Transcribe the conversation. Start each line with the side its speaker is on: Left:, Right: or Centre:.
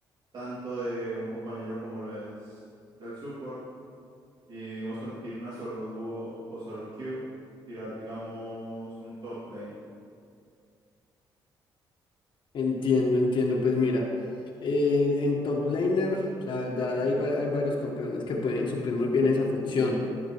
Right: tanto de un compañero como lo es del support. Y digamos cuando tiro una solo dúo o solo Q, tirar digamos un top lane.
Left: Entiendo, entiendo. Pues mira, eh, en top laner, la verdad, hay, va- hay varios campeones que pueden suplir muy bien esa función.